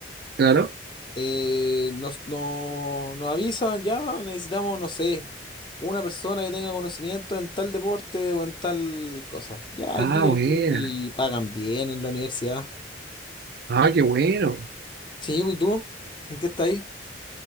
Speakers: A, on the right; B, on the left.
A: Claro.
B: eh, nos, no- nos avisan, ya necesitamos, no sé, una persona que tenga conocimiento en tal deporte o en tal cosa. Ya
A: Ah,
B: aquí,
A: buena.
B: aquí, y, y pagan bien en la universidad.
A: Ah, qué bueno.
B: Sí, pues, ¿y tú? ¿En qué estás ahí?